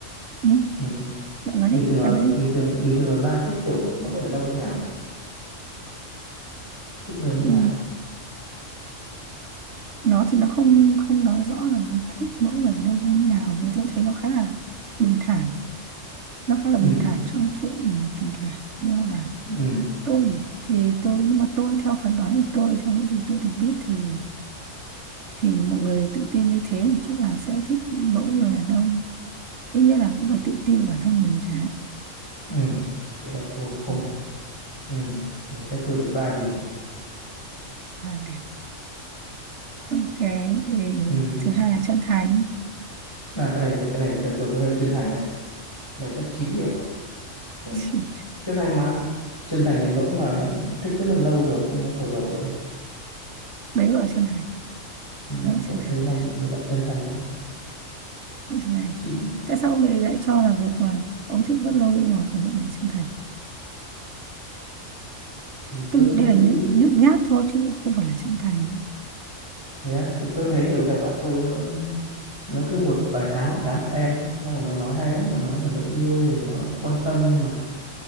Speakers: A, on the right; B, on the left.
A: ừ.
B: ừ.
A: bạn nói
B: bình
A: đi
B: thường là
A: bạn nói đi
B: bình thường bình thường là Lan thích kiểu người mẫu người đàn ông như nào nhỉ thích người như nào
A: ừ. nó thì nó không không nói rõ là nó thích mẫu người đàn ông như nào với tôi thấy nó khá là bình thản nó khá là
B: ừ
A: bình thản trong chuyện tình cảm như là
B: ừ
A: tôi thì tôi nhưng mà tôi theo phán đoán của tôi theo những gì tôi được biết thì thì mọi người tự tin như thế thì chắc là sẽ thích mẫu người đàn ông ít nhất là cũng phải tự tin bản thân mình chứ
B: ừ cái này thôi không
A: ừ.
B: ừ đấy chắc tôi được 3 điểm
A: hai điểm ok thì
B: ừ
A: thứ hai là chân thành
B: à cái này được cái này chân tôi cho hơi chân thành đấy cái này chắc 9 điểm ừ.
A: <laughs>
B: chân thành mà chân thành đến nỗi mà thích rất là lâu rồi không dám thổ lộ đấy
A: đấy gọi là chân thành
B: ừ.
A: đấy là
B: tôi
A: chân
B: cũng
A: thành
B: thấy là một dạng chân thành đấy
A: Đấy là chân thành
B: Chị,
A: tại sao ông lại lại cho là việc là ông thích rất lâu nhưng mà phải gọi là chân thành
B: thì
A: tôi
B: tôi
A: nghĩ
B: nghĩ
A: đây là
B: thấy
A: nhút, nhút nhát thôi chứ không phải là chân thành
B: thế á thì tôi thấy nhiều thằng bạn tôi nó nó cứ một vài tháng lại tám em ấy xong rồi nó nói hay lắm nó nói là nó yêu rồi nó quan tâm nhưng mà